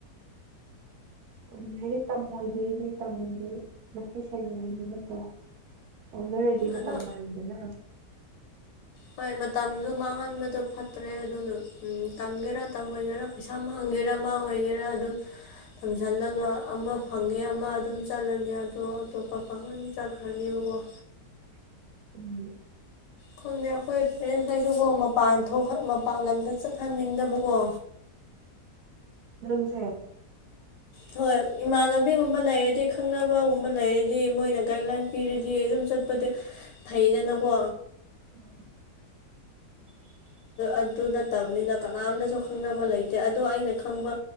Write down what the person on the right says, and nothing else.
ꯑ ꯑꯗꯨ ꯑꯩꯗꯤ ꯇꯝꯃꯣꯏꯒꯦ ꯅ ꯇꯝꯃꯣꯏꯒꯦ ꯅꯈꯩ ꯁꯩꯔ ꯂꯩꯕ ꯅꯠꯇ꯭ꯔꯣ ꯑꯣꯗꯔꯦꯗꯤ ꯃꯇꯝ
ꯃꯥꯡꯗꯅ
<unintelligible> ꯎꯝ
ꯪꯁꯦ <unintelligible>
ꯎꯝ <unintelligible>